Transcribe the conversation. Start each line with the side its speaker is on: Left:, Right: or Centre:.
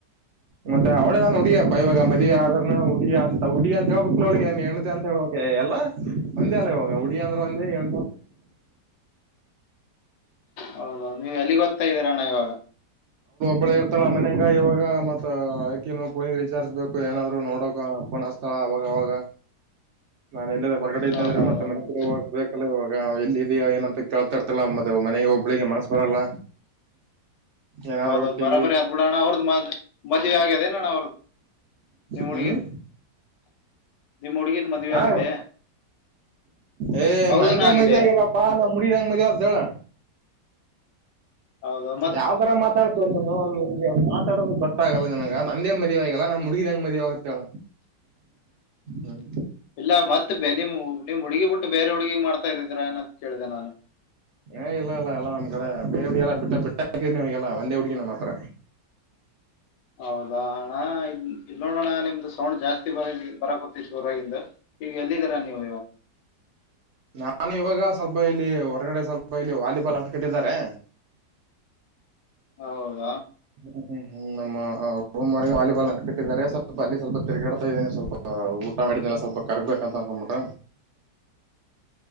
Right: ಮತ್ತೆ ಅವ್ಳಗಾನು ಉಡಿಯಪ್ಪ ಇವಾಗ ಮದ್ ಆದ್ರನು ಉಡಿಯ ಅಂತ ಉಡಿ ಅಂದ ಜವಾಬಕ್ಳೊಳಗೆ ಹೆಣತೆ ಅಂತ ಹೇಳಕೆ ಎಲ್ಲ ಒಂದೇ ಅಲ್ಲ ಇಗಾಗ ಉಡಿ ಅಂದ್ರೆ ಒಂದೇ ಎ
Left: ಹೌದೌದು ನೀವ್ ಎಲ್ಲಿಗೊದ್ತಾ ಇದ್ದೀರ ಅಣ್ಣ ಇವಾಗ
Right: ಬಳೆ ಇರ್ತಲ್ಲ ಮನ್ಯಾಗ ಇವಾಗ ಮತ್ತ ಆಾಕ ಫೋನಿಗೆ ರೀಚಾರ್ಜ್ ಬೇಕು ಏನಾದ್ರ ನೋಡಕ ಅಪ್ಪನ ಸ್ಥಳ ಅವಾಗ ಅವಾಗ ನಾನ ಎಲ್ಲ ಹೊರಗಡೆ ಇದ್ದಂದ್ರೆ
Left: ಹೌದೌದೌದು
Right: ಮತ್ತ ಮ ಹೋಗ ಬೇಕಲ್ಲ ಇಗಾಗ ಎಲ್ಲ ಇದ ಏನಂತ ಕೇಳ್ತಾ ಇರ್ತಲ್ಲಮ್ಮದ ಮನೆಗೆ ಒಬ್ಳಿಗೆ ಮನಸ್ ಬರಲ್ಲ ಏನಾದ್ರು
Left: ಹೌದೌದು
Right: ಟಿವಿ
Left: ಬರಾಬರಿ ಅತ್ ಬಿಡೋಣ್ಣ ಅವ್ರದ ಮ್ ಮದುವೆ ಆಗ್ಯದೇನಣ್ಣ ಅವ್ರ್ದು ನೀ ಮುಡಿಯದು
Right: ಹ್ಮ್
Left: ನಿಮ್ಮ್ ಹುಡುಗಿದ ಮದುವೆ
Right: ಹಾ
Left: ಆಗಿದೆ
Right: ಏ
Left: ಅವ್ರದೂನು
Right: ನಂದೇ
Left: ಆಗಿದೆ
Right: ಮದುವೆಯಾಗಿಲ್ಲಪ್ಪ ನಮ್ಮುಡುಗಿ ಇದು ಮದುವೆ ಹೆಂಗಾಯ್ತು ಹೇಳು
Left: ಹೌದದು
Right: ಯಾವ್ ತರ ಮಾತಾಡ್ತೇವ ನಾನು ಮಾತಾಡೋದಕ್ ಗತ್ತಾಗಲ್ಲ ನನಗ ನಂದೇ ಮದುವ ಆಗಲ್ಲ ನ ಹುಡುಗಿದ ಹಂಗ ಮದುವ ಆಗತ್ತಳ ಹ್ಮ್
Left: ಇಲ್ಲ ಮತ್ತ ನಿಮ್ ನಿಮ್ ಹುಡುಗಿ ಬಿಟ್ಟು ಬೇರೆ ಹುಡುಗಿಗ್ ಮಾಡ್ತಾ ಇದಿದೀರಾ ಏಂತ ಕೇಳಿದೆ ನಾನು
Right: ಏ ಇಲ್ಲ ಇಲ್ಲ ಅಲ್ಲಾ ನಮ್ ಕಡೆ ಬೇರ್ಡಿ ಎಲ್ಲ ಬಿಟ್ಟ ಬಿಟ್ಟ ಹಾಕಿರ್ ನೀ ಹಲ್ಲ ಒಂದೇ ಹುಡ್ಗಿ ನಮ್ಮ್ ಮಾತ್ರ
Left: ಹೌದಾ ಅಣ ಇಲ್ಲಿ ನೋಡೋಣ ನಿಮ್ದು ಸೌಂಡ್ ಜಾಸ್ತಿ ಬರ ಬರಕೊತ್ತೈತ್ತು ಹೊರಾಗಿಂದ ಹ ಎಲ್ಲಿ ತರ ನೀವ
Right: ನಾನು ಇವಾಗ ಸ್ವಲ್ಪ ಇಲ್ಲಿ ಹೊರಗಡೆ ಸ್ವಲ್ಪ ಇಲ್ಲಿ ವಾಲಿಬಾಲ್ ಅಟ್ಕಟ್ಟಿದ್ದಾರೆ
Left: <inaudible> ಹೌದ
Right: ಹ್ಮ್ ಹ್ಮ್ ನಮ್ಮ ರೂಮ್ ವಾಲಿಬಾಲ್ ಅಕಟ್ಟಿದ್ದಾರೆ ಸ್ವಲ್ಪ ಅಲ್ಲಿ ಸ್ವಲ್ಪ ತಿರ್ಗಾಡ್ತಾ ಇದ್ದೀನಿ ಸ್ವಲ್ಪ ಊಟ ಮಾಡಡಿದ್ನೆಲ್ಲ ಸ್ವಲ್ಪ ಕರ್ಗ್ಬೇಕಂತ ಅನ್ಕೊಬಿಟ
Left: <inaudible>